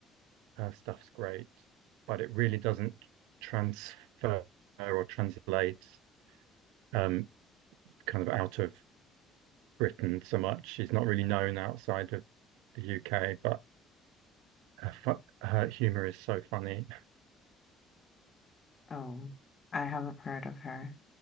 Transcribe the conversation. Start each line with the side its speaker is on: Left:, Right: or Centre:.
Right: her stuff's great, but it really doesn't transfer or translate um, kind of out of Britain so much. She's not really known outside of the UK, but her, her humor is so funny
Left: oh, I haven't heard of her.